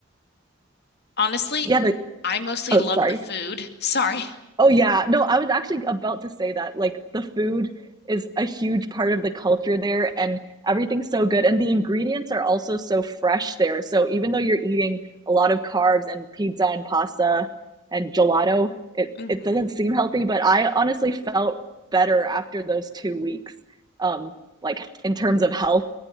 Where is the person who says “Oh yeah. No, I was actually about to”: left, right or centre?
Right